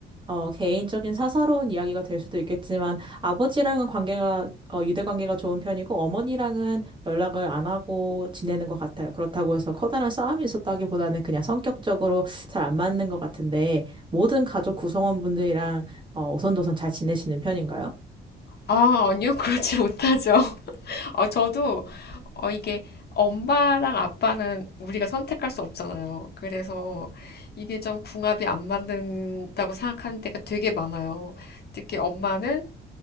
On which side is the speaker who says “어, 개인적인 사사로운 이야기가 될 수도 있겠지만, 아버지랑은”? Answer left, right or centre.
Right